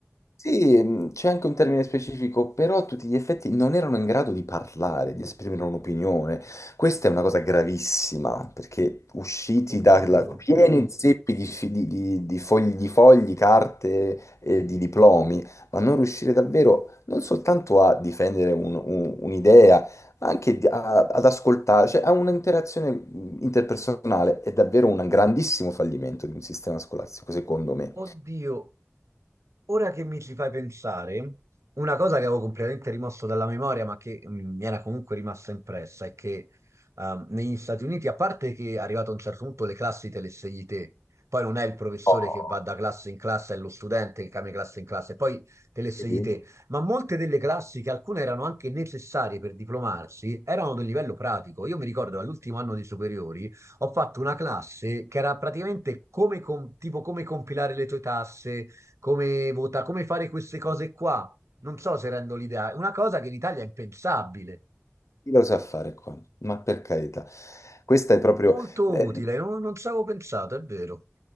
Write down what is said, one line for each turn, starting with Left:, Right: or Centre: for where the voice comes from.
Left: sì, mh, c'è anche un termine specifico, però a tutti gli effetti non erano in grado di parlare, di esprimere un'opinione. Questa è una cosa gravissima, perché usciti
Right: Oddio,
Left: da pieni zeppi di, fi- di- di- di fogli, di fogli, carte e di diplomi, ma non riuscire davvero non soltanto a difendere un- un- un'idea, ma anche di- a- ad ascoltare, cioè a un'interazione mh, interpersonale, è davvero un grandissimo fallimento di un sistema scolastico, secondo me.
Right: oddio. Ora che mi ci fai pensare, una cosa che avevo completamente rimosso dalla memoria, ma che mm, mi era comunque rimasta impressa, è che ehm, negli Stati Uniti, a parte che è arrivato a un certo punto le classi te le scegli te, poi non è il professore
Left: Oh,
Right: che va da classe in classe, è lo studente che cambia classe in classe, poi te le scegli
Left: vedi?
Right: te, ma molte delle classi, che alcune erano anche necessarie per diplomarsi, erano del livello pratico. Io mi ricordo all'ultimo anno di superiori ho fatto una classe che era praticamente come com- tipo come compilare le tue tasse come vota, come fare queste cose qua. Non so se rendo l'idea. È una cosa che in Italia è impensabile.
Left: Chi lo sa fare qua? Ma per carità, questa è proprio...
Right: Molto
Left: eh,
Right: utile, non, non ci avevo pensato, è vero.